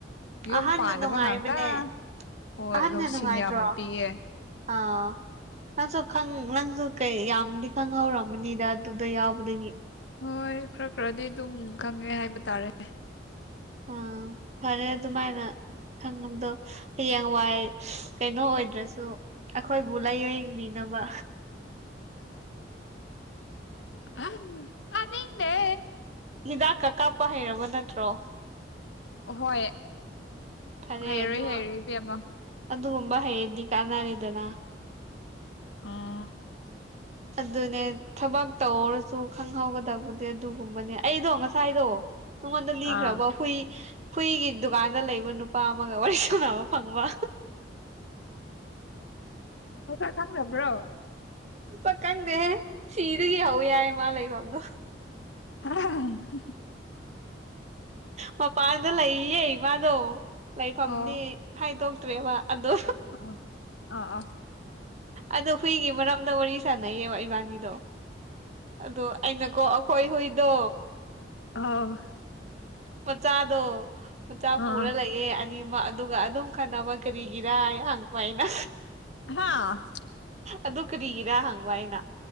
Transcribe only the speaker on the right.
ꯑꯍꯟꯅ
ꯅꯨꯡꯉꯥꯏꯕꯅꯦ
ꯑꯍꯟꯅ
ꯅꯨꯡꯉꯥꯏꯇ꯭ꯔꯣ
ꯑꯥ ꯅꯪꯁꯨ ꯈꯥꯡ ꯅꯪꯁꯨ ꯀꯩ ꯌꯥꯝꯗꯤ ꯈꯪꯍꯧꯔꯝꯃꯅꯤꯗ ꯑꯗꯨꯗ ꯌꯥꯎꯕꯗꯒꯤ
ꯑꯥ ꯐꯔꯦ ꯑꯗꯨꯃꯥꯏꯅ ꯈꯪꯉꯝꯗꯣ ꯍꯌꯦꯡꯋꯥꯏ ꯀꯩꯅꯣ ꯑꯣꯏꯗ꯭ꯔꯁꯨ ꯑꯩꯈꯣꯏꯕꯨ ꯂꯥꯏꯌꯦꯡꯕꯤꯅꯕ
ꯍꯤꯗꯥꯛꯀ ꯀꯥꯞꯄ ꯍꯩꯔꯕ ꯅꯠꯇ꯭ꯔꯣ
ꯐꯔꯦ
ꯑꯗꯣ
ꯑꯗꯨꯒꯨꯝꯕ ꯍꯩꯔꯗꯤ ꯀꯥꯟꯅꯔꯦꯗꯅ
ꯑꯗꯨꯅꯦ ꯊꯕꯛ ꯇꯧꯔꯁꯨ ꯈꯪꯍꯧꯒꯗꯕꯗꯤ ꯑꯗꯨꯒꯨꯝꯕꯅꯦ ꯑꯩꯗꯣ ꯉꯁꯥꯏꯗꯣ ꯅꯉꯣꯟꯗ ꯂꯤꯈ꯭ꯔꯕ
ꯍꯨꯏ ꯍꯨꯏꯒꯤ ꯗꯨꯀꯥꯟꯗ ꯂꯩꯕ ꯅꯨꯄꯥ ꯑꯃꯒ ꯋꯥꯔꯤ ꯁꯥꯟꯅꯕ ꯐꯪꯕ
ꯄꯥꯀꯪꯗꯦꯍꯦ ꯁꯤꯗꯒꯤ ꯍꯧꯑꯦ ꯍꯥꯏ ꯃꯥꯥ ꯂꯩꯐꯝꯗꯣ
ꯃꯄꯥꯟꯗ ꯂꯩꯌꯦ ꯃꯗꯣ ꯂꯩꯐꯝꯗꯤ
ꯍꯥꯏꯗꯣꯛꯇ꯭ꯔꯦꯕ ꯑꯗꯨ
ꯑꯗꯣ ꯍꯨꯏꯒꯤ ꯃꯔꯝꯗ ꯋꯥꯔꯤ ꯁꯥꯟꯅꯩꯌꯦꯕ ꯏꯕꯥꯅꯤꯗꯣ ꯑꯗꯣ ꯑꯩꯅꯀꯣ ꯑꯩꯈꯣꯏ ꯍꯨꯏꯗꯣ
ꯃꯆꯥꯗꯣ ꯃꯆꯥ
ꯄꯨꯔ ꯂꯩ ꯑꯦ ꯑꯅꯤꯃꯛ ꯑꯗꯨꯒ ꯑꯗꯨꯝ ꯈꯥꯠꯅꯕ ꯀꯔꯤꯒꯤꯔꯥ ꯍꯥꯏ ꯍꯥꯡꯕ ꯑꯩꯅ
ꯑꯗꯨ ꯀꯔꯤꯒꯤꯔꯥ ꯍꯪꯕ ꯑꯩꯅ